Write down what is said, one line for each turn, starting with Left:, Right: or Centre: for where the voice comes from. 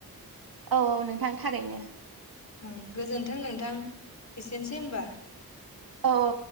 Right: औ औ नोंथां थारैनो।
Left: ओं गोजोन्थों नोंथां एसेनोसै होमबा।
Right: औ औ।